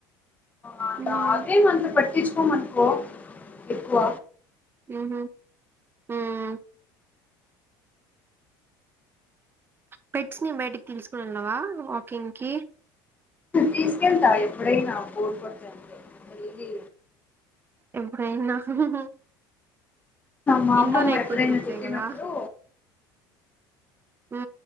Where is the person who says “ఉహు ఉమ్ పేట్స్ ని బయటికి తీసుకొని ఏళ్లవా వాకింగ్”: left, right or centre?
Right